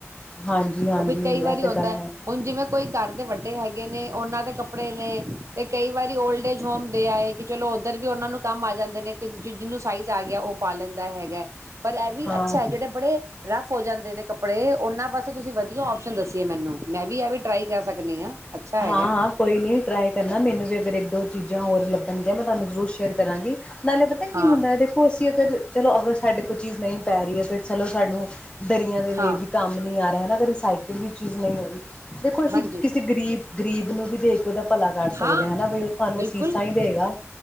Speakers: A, on the left; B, on the right.
A: ਹਾਂਜੀ ਹਾਂਜੀ
B: ਉਹ ਵੀ ਕਈ
A: ਇਹ
B: ਵਾਰੀ
A: ਤਾਂ
B: ਆਉਂਦਾ
A: ਗੱਲ
B: ਹੈ ਹੁਣ ਜਿਵੇਂ ਕੋਈ ਘਰ ਦੇ ਵੱਡੇ ਹੈਗੇ। ਗੇ ਨੇ ਉਹਨਾਂ ਦੇ ਕੱਪੜੇ ਨੇ ਤੇ ਕਈ ਵਾਰੀ ਓਲਡ ਏਜ ਹੋਮ ਦੇ ਆਏ ਕਿ ਚਲੋ ਉੱਧਰ ਵੀ ਉਹਨਾਂ ਨੂੰ ਕੰਮ ਆ ਜਾਂਦੇ ਨੇ। ਜਿਹਨੂੰ ਸਾਈਜ਼ ਆ ਗਿਆ ਉਹ ਪਾ ਲੈਂਦਾ ਹੈਗਾ। ਪਰ ਇਹ ਵੀ
A: ਹਾਂ
B: ਅੱਛਾ ਹੈ ਜਿਹੜੇ ਬੜੇ ਰਫ ਹੋ ਜਾਂਦੇ ਨੇ ਕੱਪੜੇ ਉਹਨਾਂ ਬਸ ਤੁਸੀਂ ਵਧੀਆ ਓਪਸ਼ਨ ਦੱਸੀ ਏ ਮੈਨੂੰ। ਮੈਂ ਵੀ ਇਹ ਵੀ ਟਰਾਈ ਕਰ ਸਕਦੀ ਹਾਂ। ਅੱਛਾ
A: ਹਾਂ
B: ਹੈਗਾ
A: ਹਾਂ ਕੋਈ ਨੀ ਟਰਾਈ ਕਰਨਾ ਮੈਨੂੰ ਵੀ ਅਗਰ ਇੱਕ ਦੋ ਚੀਜ਼ਾਂ ਹੋਰ ਲੱਭਣਗੀਆਂ ਮੈਂ ਤੁਹਾਨੂੰ ਜ਼ਰੂਰ ਸ਼ੇਅਰ ਕਰਾਂਗੀ। ਨਾਲੇ ਪਤਾ ਕੀ
B: ਹਾਂ
A: ਹੁੰਦਾ ਦੇਖੋ ਅਸੀਂ ਅਗਰ ਚਲੋ ਅਗਰ ਸਾਡੇ ਕੋਲ ਚੀਜ਼ ਨਹੀਂ ਪੈ ਰਹੀ ਹੈ ਤੇ ਚਲੋ ਸਾਨੂੰ ਦਰੀਆਂ ਦੇ ਵੀ
B: ਹਾਂ
A: ਕੰਮ ਨੀ ਆ ਰਿਹਾ ਇਸ ਸਾਈਕਲ ਵੀ ਚੀਜ਼ ਨਹੀਂ ਹੈਗੀ ਦੇਖੋ ਅਸੀਂ
B: ਹਾਂਜੀ
A: ਕਿਸੇ ਗਰੀਬ ਗਰੀਬ ਨੂੰ ਵੀ ਦੇ ਕੇ ਉਹਦਾ ਭਲਾ ਕਰ ਸਕਦੇ
B: ਹਾਂ
A: ਹਨਾ ਬਈ ਉਹ ਸਾਨੂੰ
B: ਬਿਲਕੁਲ
A: ਅਸੀਸਾਂ ਹੀ ਦੇਗਾ